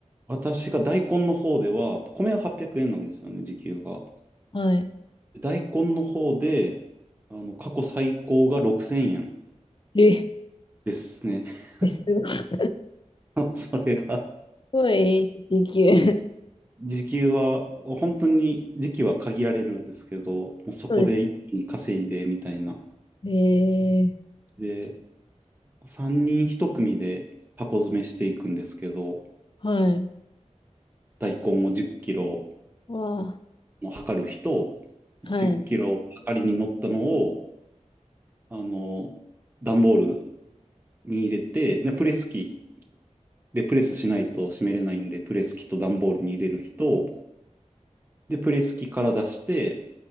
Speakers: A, on the right; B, on the left.
A: 私が大根の方では、米は800円なんですよね、時給が。
B: はい。
A: 大根の方で、あの、過去最高が6000円
B: え
A: ですね。<laughs>
B: えす
A: あそれが、
B: ごい時給
A: 時給は、本当に時期は限られるんですけど、もうそこで一気に稼いでみたいな。
B: そうです。ええ
A: で、3人1組で箱詰めしていくんですけど、
B: はい。
A: 大根を10キロ、
B: わ
A: の測る日と、
B: あ、
A: 10キロ測りに乗ったのを、
B: はい。
A: あの、段ボールに入れて、で、プレス機でプレスしないと閉めれないんで、プレス機と段ボールに入れる人、で、プレス機から出して、